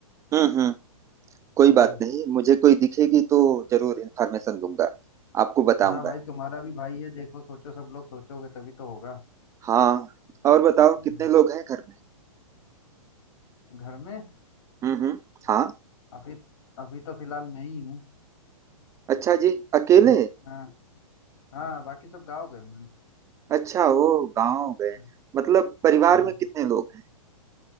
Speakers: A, on the right (about 15°); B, on the left (about 60°).
A: हम्म हम्म कोई
B: हम्म
A: बात नहीं मुझे कोई दिखेगी तो जरूर इन्फॉर्मेशन दूंगा आपको बताऊंगा
B: हाँ भाई तुम्हारा भी भाई है देखो सोचो सब लोग सोचोगे तभी तो होगा
A: हाँ और बताओ
B: हम्म,
A: कितने लोग हैं घर में
B: घर में
A: हम्म हम्म हाँ
B: अभी अभी तो फिलहाल मैं ही हूँ
A: अच्छा जी अकेले
B: हाँ हाँ बाकी सब गाँव गए हुए हैं
A: अच्छा वो गाँव गए
B: हम्म,
A: मतलब परिवार
B: हाँ
A: में कितने लोग हैं